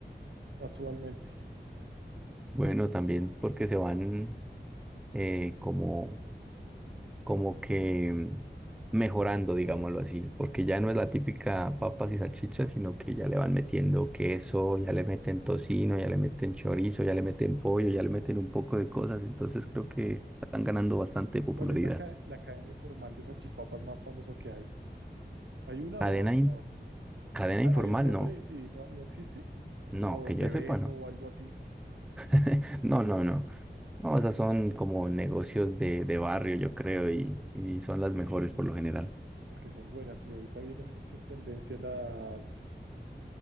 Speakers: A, on the right; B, in the centre.
A: casualmente.
B: Bueno, también porque se van eh, como, como que mm, mejorando, digámoslo así, porque ya no es la típica papas y salchichas, sino que ya le van metiendo queso, ya le meten tocino, ya le meten chorizo, ya le meten pollo, ya le meten un poco de cosas. Entonces creo que están ganando bastante popularidad.
A: ¿Cuál es la, ca- la cadena informal de salchipapas más famosa que hay? ¿Hay una
B: Cadena,
A: o en todas?
B: in- cadena
A: ¿Hay,
B: informal,
A: hay un nombre?
B: no.
A: Sí, no, no existe.
B: No,
A: Como Donde
B: que yo sepa,
A: Beto
B: no.
A: o algo así,
B: <laughs> No, no, no. No, esas son como negocios de, de barrio, yo creo, y, y son las mejores por lo general.
A: porque son buenas. Y ahorita vienen mucho en tendencia las...